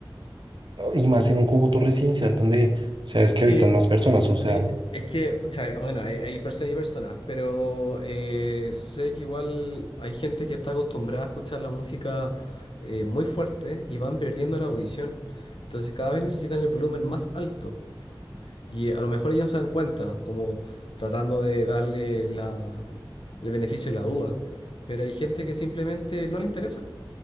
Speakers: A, on the right (about 65°); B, on the left (about 75°).
A: y más en un conjunto residencial donde sabes que
B: Que
A: habitan más personas, o sea.
B: Es, es que, pucha, eh, bueno, hay, hay personas y personas, pero eh, sucede que igual hay gente que está acostumbrada a escuchar la música eh, muy fuerte y van perdiendo la audición. Entonces cada vez necesitan el volumen más alto y eh, a lo mejor ellos no se dan cuenta, como tratando de darle la, el beneficio de la duda. Pero hay gente que simplemente no le interesa.